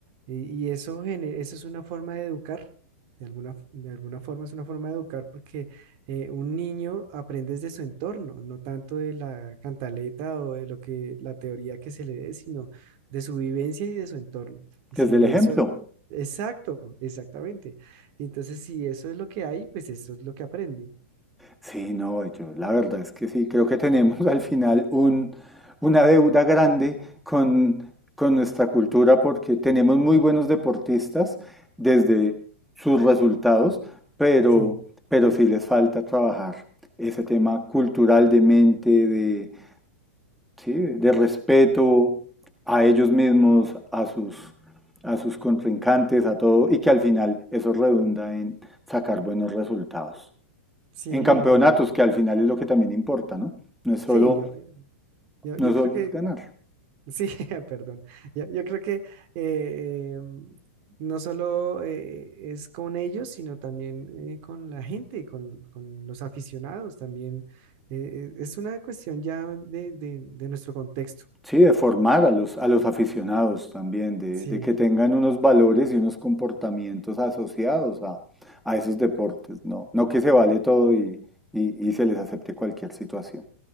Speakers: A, on the right (about 45°); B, in the centre.
A: y, y eso, gene- eso es una forma de educar, de alguna, f- de alguna forma es una forma de educar porque eh, un niño aprende de su entorno, no tanto de la cantaleta o de lo que, la teoría que se le dé, sino de su vivencia y de su entorno. Y
B: Desde
A: si
B: el ejemplo,
A: eso, exacto, exactamente. Entonces, si eso es lo que hay, pues eso es lo que aprende.
B: Sí, no, yo la verdad es que sí, creo que tenemos <laughs> al final un, una deuda grande con, con nuestra cultura porque tenemos muy buenos deportistas desde sus resultados, pero,
A: Sí,
B: pero sí les falta trabajar ese tema cultural de mente, de, sí, de respeto a ellos mismos, a sus, a sus contrincantes, a todo, y que al final eso redunda en sacar buenos resultados
A: sí,
B: en campeonatos,
A: y-
B: que al final es lo que también importa, ¿no? No es solo,
A: sí, yo, yo, yo
B: no es
A: creo
B: solo
A: que,
B: es ganar.
A: que- sí, <laughs> perdón, yo, yo creo que eh, eh, no solo eh, es con ellos, sino también eh, con la gente, con, con los aficionados también. eh, eh, es una cuestión ya de, de, de nuestro contexto.
B: Sí, de formar a los, a los aficionados también, de,
A: Sí,
B: de que tengan unos valores y unos comportamientos asociados a, a esos deportes, ¿no? No que se vale todo y, y- y se les acepte cualquier situación.